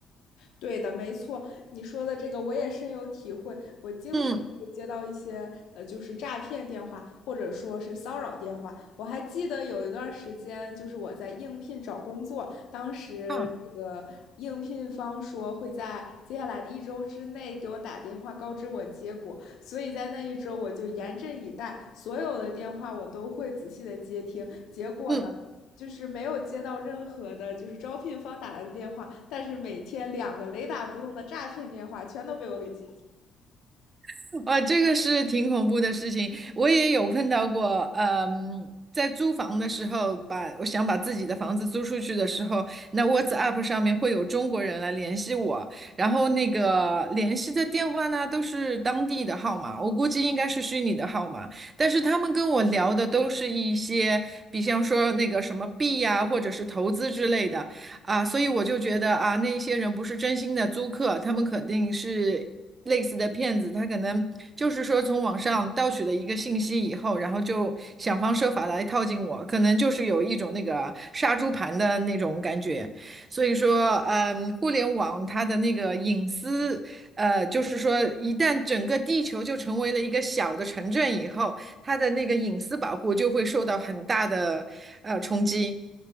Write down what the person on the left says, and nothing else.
对的，没错，你说的这个我也深有体会。我经常会接到一些呃，
就是诈骗电话，或者说是骚扰电话。我还记得有一段时间，就是我在应聘找工作，当时这个应聘方说会在接下来的一周之内给我打电话告知我结果，
所以在那一周我就严阵以待，所有的电话我都会仔细的接听。结果呢，
就是没有接到任何的，就是招聘方打来的电话，但是每天两个雷打不动的诈骗电话全都被我给接。